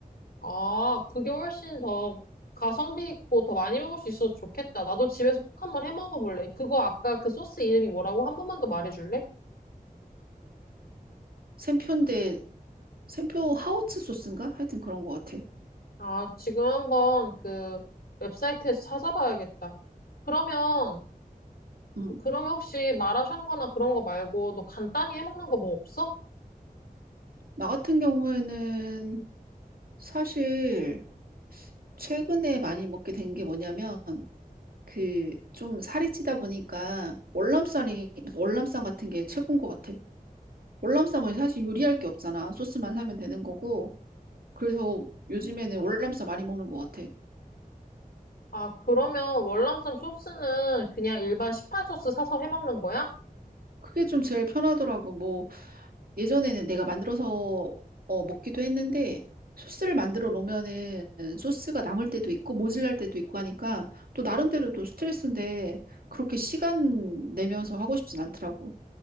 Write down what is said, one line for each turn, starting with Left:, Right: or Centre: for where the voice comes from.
Left: 아, 그게 훨씬 더 가성비 있고 더 많이 먹을 수 있어서 좋겠다. 나도 집에서 꼭 한번 해 먹어볼래. 그거 아까 그 소스 이름이 뭐라고 한 번만 더 말해줄래?
Right: 샘표인데 샘표 하우츠 소스인가? 하여튼 그런 것 같아.
Left: 아, 지금 한번 그 웹사이트에서 찾아봐야겠다. 그러면
Right: 음.
Left: 그러면 혹시 마라샹궈나 그런 거 말고 너 간단히 해먹는 거 뭐 없어?
Right: 나 같은 경우에는 사실 최근에 많이 먹게 된 게 뭐냐면 그 좀 살이 찌다 보니까 월남쌈이 월남쌈 같은 게 최고인 것 같아. 월남쌈은 사실 요리할 게 없잖아. 소스만 사면 되는 거고. 그래서 요즘에는 월남쌈 많이 먹는 것 같아.
Left: 아, 그러면 월남쌈 소스는 그냥 일반 시판 소스 사서 해먹는 거야?
Right: 그게 좀 제일 편하더라고. 뭐 예전에는 내가 만들어서 어, 먹기도 했는데 소스를 만들어 놓으면은 소스가 남을 때도 있고 모질랄 때도 있고 하니까 또 나름대로 또 스트레스인데 그렇게 시간 내면서 하고 싶진 않더라고.